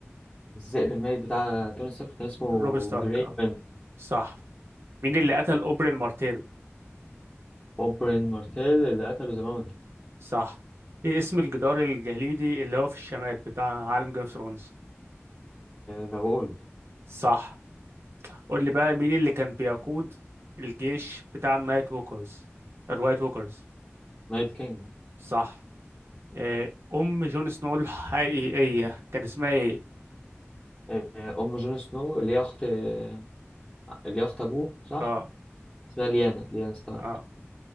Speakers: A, in the centre; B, on the right (about 60°).
A: الذئب الميت بتاع توني ستارك كان اسمه
B: روب ستارك
A: جريفن
B: اه صح مين اللي قتل اوبرين مارتيل
A: اوبرين مارتيل اللي قتله ذا ماونت
B: صح ايه اسم الجدار الجليدي اللي هو في الشمال بتاع عالم جيم اوف ثرونز
A: ذا وول
B: صح قول لي بقى مين اللي كان بيقود الجيش بتاع النايت ووكرز الوايت ووكرز
A: نايت كينج
B: صح آه، ام جون سنو الحقيقية كان اسمها ايه
A: آه، ام جون سنو اللي هي اخت آه، اللي هي اخت ابوه صح
B: اه
A: اسمها ليانا ليانا ستارك
B: اه